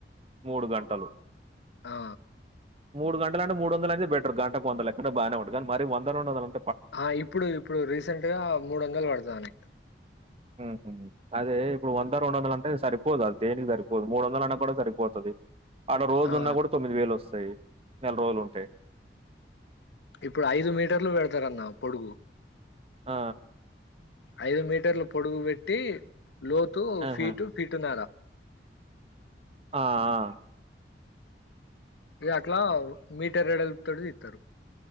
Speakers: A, on the right (about 35°); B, on the left (about 85°).
A: మూడు గంటలు.
B: ఆ
A: మూడు గంటలంటే మూడు వందలు అయితే బె. గంటకు వంద లెక్కన బానే ఉంటది మరి వంద రెండోందలం.
B: ఆ ఇప్పుడు, ఇప్పుడు రీసెంట్ గా మూడోందలు పడ్తదని.
A: ఊహూ అదే ఇప్పుడు వంద రెండొందలంటే సరిపోదు అది దేనికి సరిపోదు మూడొందలు అన్నా కూడా సరిపోతది. ఆడా రోజున్నా
B: ఆ
A: గూడా తొమ్మిది వేలోస్సయి నెల్రోలుంటె.
B: ఇప్పుడు ఐదు మీటర్లు బెడతరన్న పొడుగు.
A: ఆ.
B: ఐదు మీటర్లు పొడుగు బెట్టి, లోతు
A: ఆహా
B: ఫీటు ఫీటున్నారా.
A: ఆ ఆ.
B: ఇగా అట్లా మీటర్ ఎడల్పు తోటి దిత్తరు.